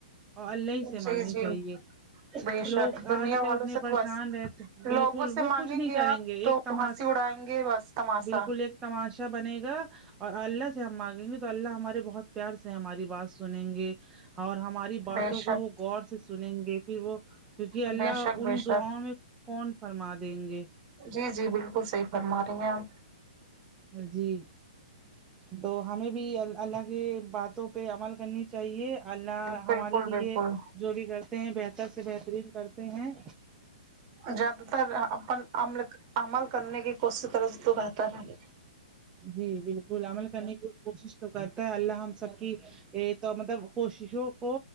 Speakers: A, on the right; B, on the right.
A: اور اللہی سے
B: جی
A: مانگنی
B: جی
A: چاہیے
B: بے
A: لوگ
B: شک دنیا
A: آج کل
B: والوں
A: اتنے
B: سے
A: پریشان
B: تو بس
A: رہتے
B: لوگوں
A: بالکل
B: سے
A: وہ
B: مانگیں
A: کچھ نہیں کریں
B: آپ
A: گے
B: تو
A: ایک تماش
B: ہنسی اڑائیں گے بس تماشا
A: بالکل ایک تماشا بنے گا اور اللہ سے ہم مانگیں گے تو اللہ ہمارے بہت پیار سے ہماری بات سنیں گے اور ہماری باتوں
B: بے
A: کو
B: شک
A: وہ غور سے سنیں گے پھر وہ کیونکہ
B: بے
A: اللہ
B: شک
A: ان
B: بے شک
A: دعاؤ میں کون فرما دیں گے
B: جی جی بالکل صحیح فرما رہی ہیں آپ
A: جی تو ہمیں بھی ال اللہ کے باتوں پہ عمل کرنی چاہیے اللہ ہمارے
B: بالکل
A: لیے
B: بالکل
A: جو بھی کرتے ہیں بہتر سے بہترین کرتے ہیں
B: زیادہ تر اپنمل عمل کرنے کی کوشش کرے تو بہتر ہے
A: جی بالکل عمل کرنے کی کوشش تو کرتا ہے اللہ ہم سب کی ا تو مطلب کوششوں کو